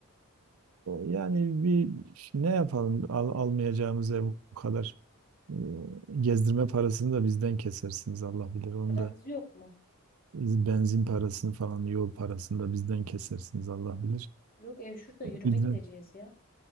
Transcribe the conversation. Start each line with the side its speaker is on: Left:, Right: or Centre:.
Right: yani bir ne yapalım? Al, almayacağımız ev bu kadar e, gezdirme parasını da bizden kesersiniz Allah bilir. Onu
Left: Paranız
Right: da
Left: yok mu?
Right: benzin parasını falan yol parasını da bizden kesersiniz Allah bilir.
Left: Yok ev şurada yürüme
Right: Bizden
Left: gideceğiz ya.